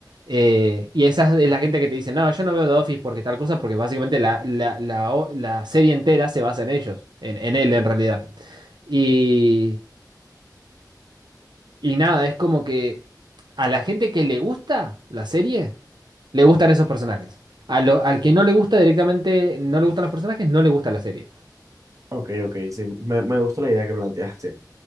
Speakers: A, on the right; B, on the right.
A: eh, y esa es la gente que te dice, no, yo no veo The Office porque tal cosa, porque básicamente la, la- la o- la serie entera se basa en ellos, en, en él en realidad. Y, y nada, es como que a la gente que le gusta la serie, le gustan esos personajes. A lo- al que no le gusta directamente, no le gustan los personajes, no le gusta la serie.
B: Ok, ok, sí, me, me gusta la idea que planteaste.